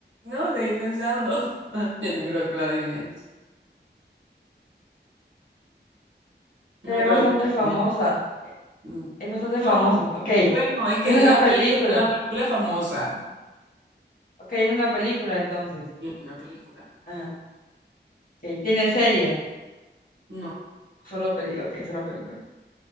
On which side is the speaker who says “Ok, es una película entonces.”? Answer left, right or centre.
Left